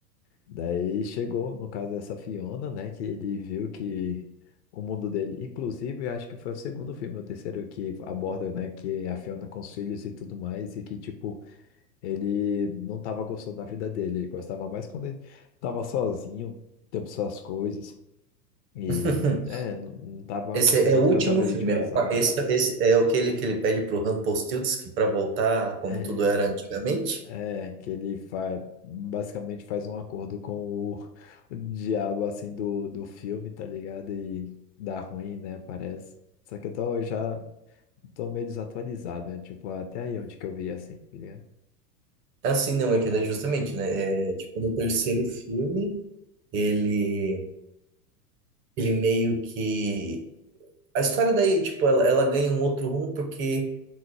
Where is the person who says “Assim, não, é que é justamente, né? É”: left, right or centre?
Right